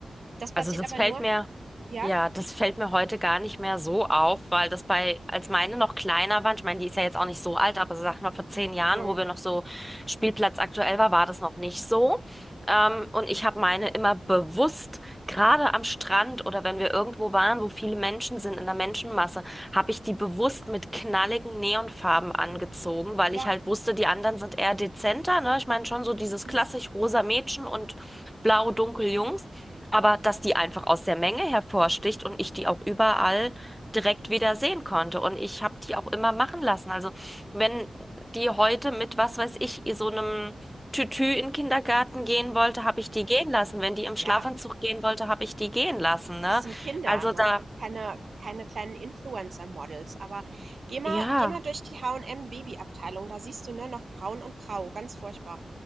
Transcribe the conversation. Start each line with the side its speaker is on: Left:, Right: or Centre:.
Right: Das passiert
Centre: Also das
Right: aber
Centre: fällt
Right: nur,
Centre: mir.
Right: ja?
Centre: Ja, das fällt mir heute gar nicht mehr so auf, weil das bei, als meine noch kleiner waren, ich meine, die ist ja jetzt auch nicht so alt, aber sag mal, vor zehn Jahren,
Right: Mhm.
Centre: wo wir noch so Spielplatz aktuell war, war das noch nicht so. Ähm, und ich habe meine immer bewusst, gerade am Strand oder wenn wir irgendwo waren, wo viele Menschen sind, in der Menschenmasse, habe ich die bewusst mit knalligen Neonfarben angezogen, weil
Right: Ja.
Centre: ich halt wusste, die anderen sind eher dezenter, ne? Ich meine schon so dieses
Right: Mhm.
Centre: klassisch rosa Mädchen und blau dunkel Jungs. Aber dass die einfach aus der Menge hervorsticht und ich die auch überall direkt wieder sehen konnte. Und ich habe die auch immer machen lassen. Also wenn die heute mit, was weiß ich, so einem Tütü in den Kindergarten gehen wollte, habe ich die gehen lassen. Wenn die im
Right: Ja,
Centre: Schlafanzug gehen wollte, habe ich die gehen lassen, ne?
Right: das sind Kinder,
Centre: Also
Right: ne?
Centre: da,
Right: Und keine, keine kleinen Influencer-Models. Aber geh mal,
Centre: ja.
Right: geh mal durch die H&M-Babyabteilung. Da siehst du, ne, noch braun und grau. Ganz furchtbar.